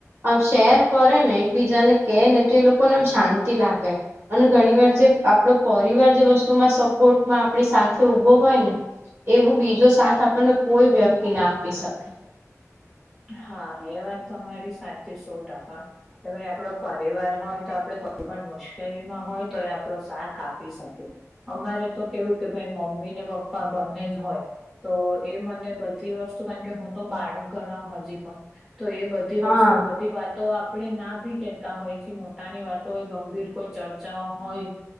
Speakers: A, on the right; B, in the centre.
A: આમ શેર કરે ને એકબીજાને કે ને તો એ લોકોને એમ શાંતિ લાગે અને ઘણી વાર જે આપણો પરિવાર જે વસ્તુમાં સપોર્ટમાં આપણી સાથે ઉભો હોય ને એવું બીજો સાથ આપણને કોઈ વ્યક્તિના આપી શકે
B: હા એ વાત તમારી સાચે સો ટકા કે ભાઈ આપડો પરિવાર હોય તો આપડે પણ મુશ્કેલીમાં હોય તો એ આપણો સાથ આપી શકે અમારે તો કેવું કે ભાઈ મમ્મી ને પપ્પા બંને જ હોય તો એ મને બધી વસ્તુ કારણ કે હું તો બાળક ગણાવ હજી પણ તો એ બધી
A: હા
B: વસ્તુ બધી વાતો આપણે ના ભી કેતા હોય જે મો તાની વાતો હોય ગંભીર કોઈ ચર્ચાઓ હોય